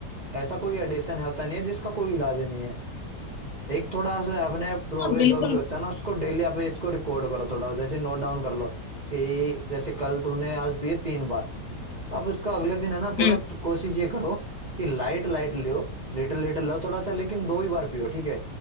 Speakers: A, on the right (about 40°); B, on the left (about 75°).
A: ऐसा कोई एडिशन होता नहीं है जिसका कोई इलाज नहीं है एक थोड़ा सा अपने प्रोग्रेस
B: हाँ बिल्कुल
A: जो भी होता है ना उसको डेली आप इसको रिकॉर्ड करो थोड़ा जैसे नोट डाउन कर लो कि जैसे कल तुमने आज पिए तीन बार तो आप उसका अगले दिन है ना थोड़ा
B: हम्म
A: तो कोशिश ये करो कि लाइट लाइट लियो लिटिल लिटिल लो थोड़ा सा लेकिन दो ही बार पियो ठीक है